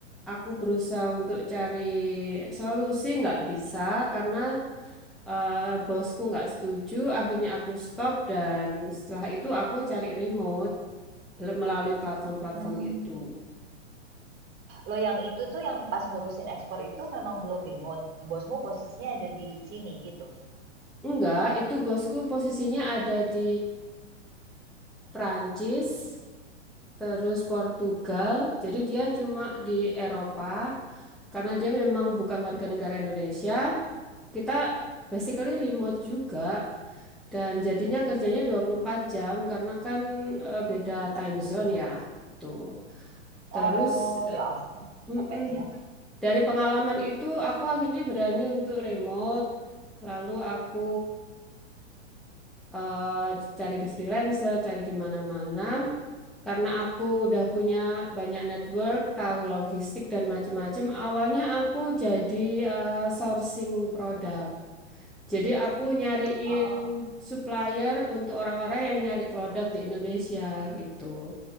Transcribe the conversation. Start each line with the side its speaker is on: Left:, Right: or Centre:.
Centre: Aku berusaha untuk cari solusi nggak bisa karena eh, bosku nggak setuju. Akhirnya aku stop dan setelah itu aku cari remote le- melalui platform-platform
Right: Hmm.
Centre: itu.
Right: Lo yang itu tuh yang pas ngurusin ekspor itu memang belum remote. Bosmu posisinya ada di sini gitu.
Centre: Enggak, itu bosku posisinya ada di Prancis, terus Portugal. Jadi dia cuma di Eropa karena dia memang bukan warga negara Indonesia. Kita basically remote juga dan jadinya kerjanya 24 jam karena kan eh, beda time zone ya. Tuh. Terus
Right: Oh,
Centre: eh,
Right: ya ampun
Centre: mm-mm,
Right: capeknya.
Centre: dari pengalaman itu aku akhirnya berani untuk remote. Lalu aku eh, cari di freelancer, cari di mana-mana. Karena aku udah punya banyak network, tahu logistik dan macam-macam. Awalnya aku jadi eh, sourcing produk. Jadi aku nyariin
Right: Heeh,
Centre: supplier untuk orang-orang yang nyari produk di Indonesia gitu.